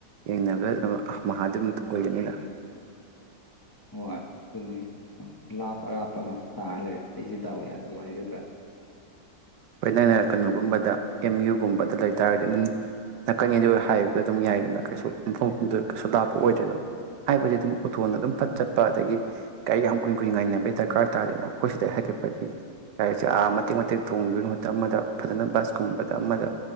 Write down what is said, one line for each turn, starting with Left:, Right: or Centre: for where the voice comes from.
Right: ꯌꯦꯡꯅꯕꯗ ꯑꯗꯨꯝ ꯃꯍꯥꯗꯨꯃ ꯑꯣꯏꯒꯅꯤꯗ
Left: ꯍꯣꯏ ꯑꯗꯨꯅꯤ ꯂꯥꯞ ꯑꯔꯥꯞꯄ ꯉꯥꯛꯇ ꯇꯥꯔ ꯂꯩꯔꯦ ꯑꯩꯁꯦ ꯗꯥꯎ ꯌꯥꯗꯕ ꯍꯥꯏꯒꯗ꯭ꯔꯥ
Right: ꯍꯣꯏꯅꯅꯔꯛꯀꯅꯨꯒꯨꯝꯕꯗ ꯑꯦꯝ ꯌꯨ ꯒꯨꯝꯕꯗ ꯂꯩꯇꯥꯔꯒꯗꯤ ꯑꯗꯨꯝ ꯅꯛꯀꯅꯤ ꯑꯗꯨ ꯍꯥꯏꯕꯗ ꯑꯗꯨꯝ ꯌꯥꯏꯗꯅ ꯀꯩꯁꯨ ꯃꯐꯝ ꯃꯐꯝꯗ ꯀꯩꯁꯨ ꯂꯥꯞꯄ ꯑꯣꯏꯗꯣꯏꯅꯦꯕ ꯍꯥꯏꯕꯗꯤ ꯑꯗꯨꯝ ꯎꯊꯣꯟꯅ ꯑꯗꯨꯝ ꯐꯠ ꯆꯠ ꯆꯠꯄ ꯑꯗꯒꯤ ꯒꯥꯔꯤ ꯌꯥꯝ ꯀꯨꯏ ꯀꯨꯏꯅ ꯉꯥꯏꯅꯕꯩ ꯗꯔꯀꯥꯔ ꯑꯣꯏ ꯇꯥꯔꯗꯅ ꯑꯩꯈꯣꯏ ꯁꯤꯗ ꯍꯥꯏꯒꯠꯄꯗꯤ ꯒꯥꯔꯤꯁꯦ ꯑꯥ ꯃꯇꯦꯛ ꯃꯇꯦꯛ ꯇꯣꯡꯗꯣꯏꯩ ꯃꯍꯨꯠꯇ ꯑꯃꯗ ꯐꯖꯅ ꯕꯁꯀꯨꯝꯕꯗ ꯑꯃꯗ